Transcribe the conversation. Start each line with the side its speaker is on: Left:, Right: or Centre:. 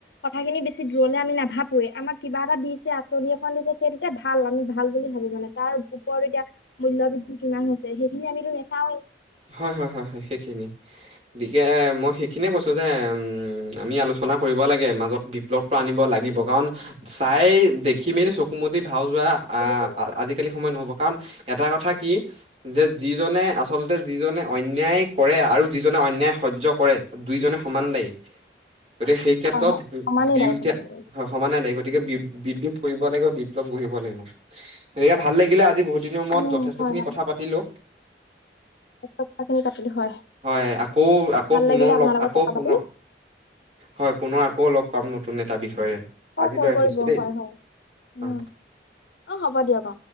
Left: কথাখিনি বেছি দূৰলে আমি নাভাবোৱে, আমাক কিবা এটা দিছে আঁচনি এখন দিছে সেইটোতে ভাল আমি ভাল বুলি ভাবো মানে তাৰ ওপৰত এতিয়া মূল্য বৃদ্ধি কিমান হৈছে সেইখিনি আমিতো নাচাওঁৱেই।
Right: হয়, হয়, হয়, হয় সেইখিনি গতিকে মই সেইখিনিয়ে কৈছো যে উম, আমি আলোচনা কৰিব লাগে মাজত বিপ্লৱটো আনিব লাগিব কাৰণ চাই দেখি মেলি চকুমুদি ভাও যোৱা আ,
Left: হয়
Right: আজিকালি সময় নহ'ব। কাৰণ এটা কথা কি যে যিজনে আচলতে যিজনে অন্যায় কৰে আৰু যিজনে অন্যায় সহ্য কৰে দুইজনে সমান দায়ী। গতিকে সেই ক্ষেত্ৰত
Left: হয় সমানেই
Right: বিৰুদ্ধে
Left: দায়ী সমানেই দায়ী
Right: সমানে দায়ী। গতিকে বি-বিদ্ৰোহ কৰিব লাগিব বিপ্লৱ গঢ়িব লাগিব গতিকে ভাল লাগিলে আজি বহুত দিনৰ মূৰত
Left: উম
Right: যথেষ্ট
Left: হয়
Right: খিনি
Left: হয়
Right: কথা পাতিলো।
Left: কথাখিনি পাতিলো হয়
Right: হয়, আকৌ, আকৌ
Left: ভাল
Right: পুনৰ
Left: লাগিলে আপোনাৰ
Right: লগ,
Left: লগত
Right: আকৌ
Left: কথা
Right: পুনৰ,
Left: পাতি
Right: হয় পুনৰ আকৌ লগ পাম নতুন এটা বিষয়ে,
Left: অ
Right: আজিলৈ
Left: ফোন
Right: ৰাখিছো
Left: কৰিব
Right: দেই,
Left: হয় হয় উম
Right: অ'।
Left: অ হ'ব দিয়ক অ